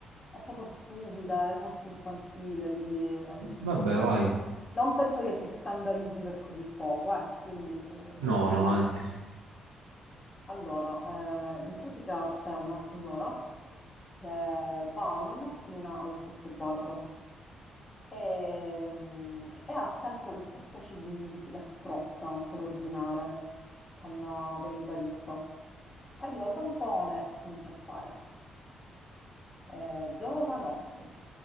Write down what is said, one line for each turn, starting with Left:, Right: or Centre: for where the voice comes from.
Left: è proprio stupida, è molto infantile, quindi non,
Right: Vabbè,
Left: non-
Right: vai.
Left: non penso che ti scandalizzi per così poco, eh, quindi eh,
Right: No,
Left: vediamo.
Right: no, anzi.
Left: Allora, eh, in pratica c'è una signora che va ogni mattina allo stesso bar e, mm, e ha sempre questa specie di, di filastrocca per ordinare con, eh, con il barista. Arriva al bancone e comincia a fare. eh, giovanotto,